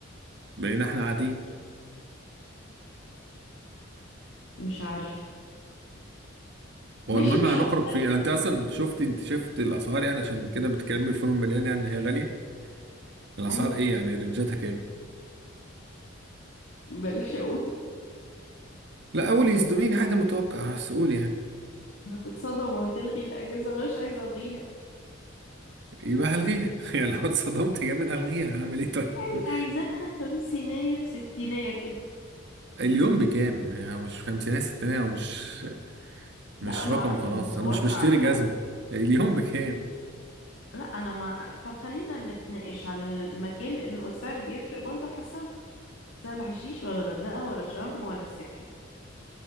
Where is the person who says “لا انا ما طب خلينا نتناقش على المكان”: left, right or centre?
Left